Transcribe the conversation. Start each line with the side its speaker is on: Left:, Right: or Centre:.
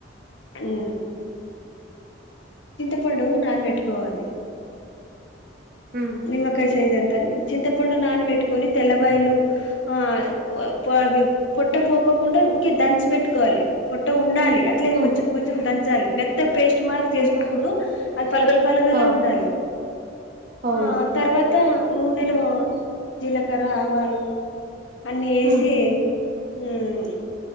Left: అన్ చింతపండు నానపెట్టుకోవాలి.
Right: హ
Left: నిమ్మకాయ సైజ్ అంత చింతపండు నాన పెట్టుకొని తెల్లవాయలు ఆయ్ పోవి పొట్ట పోకోకుండా ఊకే దంచి పెట్టుకోవాలి పొట్ట ఉండాలి. అట్లే
Right: ఉమ్ ఉమ్
Left: కొంచెం కొంచెం దంచాలి మెత్త పేస్ట్ మాత్ర చేసుకోకూడదు
Right: ఉమ్
Left: అది పలగలు పలగలే
Right: ఆ
Left: ఉండాలి.
Right: అవును
Left: ఆ తర్వాత నూనెలో జీలకర్ర, ఆవాలు అన్నీ వేసి
Right: హ్మ్
Left: మ్